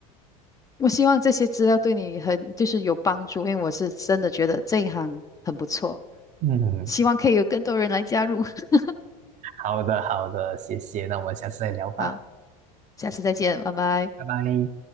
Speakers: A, on the left; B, on the right.
A: 我希望这些资料对你很就是有帮助，因为我是真的觉得这一行很不错，
B: 嗯，
A: 希望可以有更多人来加入。<laughs>
B: 好的，好的，谢谢，那我们下次再聊吧，
A: 好，下次再见，拜拜。
B: 拜拜。